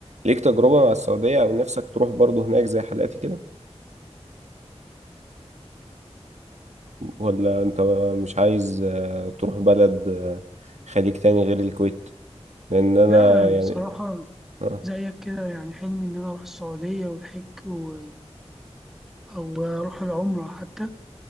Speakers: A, on the right (about 85°); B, in the centre.
A: ليك تجربة مع السعودية أو نفسك تروح برضه هناك زي حالاتي كده ولا أنت مش عايز آه، تروح بلد آه، خليج تاني غير الكويت لأن أنا
B: لا
A: يعني
B: بصراحة
A: آه
B: زيك كده يعني حلمي إن أنا أروح السعودية والحج و... أو أروح العمرة حتى